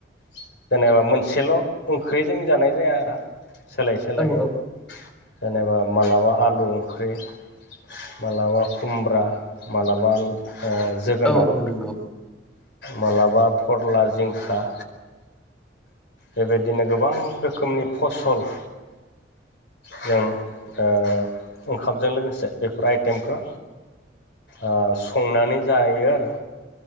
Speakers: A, on the left; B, in the centre.
A: जेनेबा मोनसेल' ओंख्रि जों जानाय जाया आरो सोलाय सोलाय
B: औ
A: हाय
B: औ
A: जेनेबा मालाबा आलु ओंख्रि मालाबा खुमब्रा मालाबा ओ जोगोनार
B: औ औ नंगौ
A: माब्लाबा फोरला जिंखा बेबायदिनो गोबां रोखोमनि फसल जों ओ ओंखामजों लोगोसे बेफोर आइटेमखो ओ संनानै जायो आरो